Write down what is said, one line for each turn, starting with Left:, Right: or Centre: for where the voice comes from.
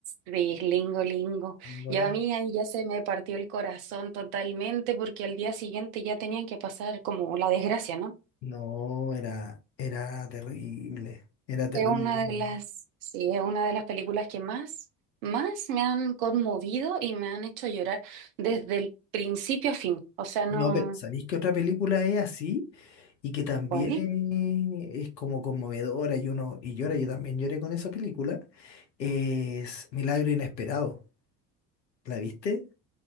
Right: sí, lingo, lingo.
Left: Lingo
Right: Yo
Left: Lingo.
Right: a mí ahí ya se me partió el corazón totalmente porque al día siguiente ya tenían que pasar como la desgracia, ¿no?
Left: No, era, era terrible, era terrible.
Right: Es una
Left: Yo No,
Right: de las, sí, es una de las películas que más, más me han conmovido y me han hecho llorar desde el principio a fin. O sea, no.
Left: no, pero ¿sabéis que otra película es así y que también
Right: ¿Cuál es?
Left: es, es como conmovedora y uno y llora? Yo también lloré con esa película. Es Milagro Inesperado. ¿La viste?